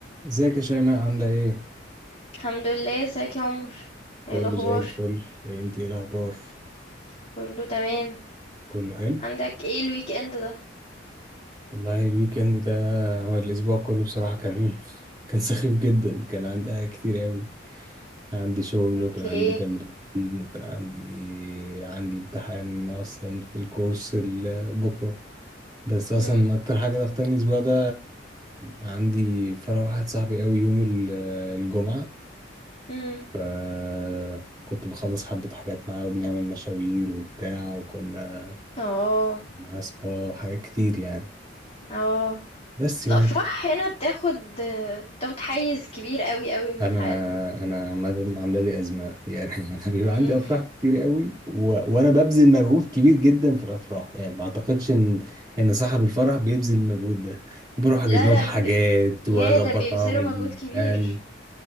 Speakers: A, on the right (about 20°); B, on the left (about 30°).
A: ازيك يا شيماء عاملة ايه؟
B: الحمد لله ازيك يا عمر
A: كله
B: ايه الاخبار
A: زي الفل إيه انت ايه الاخبار
B: كله تمام
A: كله حلو
B: عندك ايه الويك اند ده
A: والله الويكند ده هو الأسبوع كله بصراحة كان كان سخيف جدا كان عندي حاجات كتير أوي كان عندي شغل
B: اوكي
A: وكان عندي تمرين وكان عندي عندي امتحان أصلا في الكورس ال- بكرة بس أصلا
B: امم
A: أكتر حاجة ضغطاني الأسبوع ده عندي فرح واحد صاحبي أوي يوم ال- الجمعة
B: امم
A: فكنت بخلص حبة حاجات معاه وبنعمل مشاوير وبتاع وكنا
B: اه
A: معاه سبا وحاجات كتير يعني
B: اه
A: بس يعني
B: الافراح هنا بتاخد بتاخد حيز كبير قوي قوي من
A: انا
B: حياتنا
A: انا عامه عامله لي ازمه يعني <laughs> انا بيبقى
B: مم.
A: عندي افراح كتير قوي و... وانا ببذل مجهود كبير جدا في الافراح يعني ما اعتقدش ان ان صاحب الفرح بيبذل المجهود ده بروح اجيب
B: لا
A: لهم
B: لا
A: حاجات
B: ب... يا
A: واظبط
B: ده بيبذلوا
A: معاهم البلان
B: مجهود كبير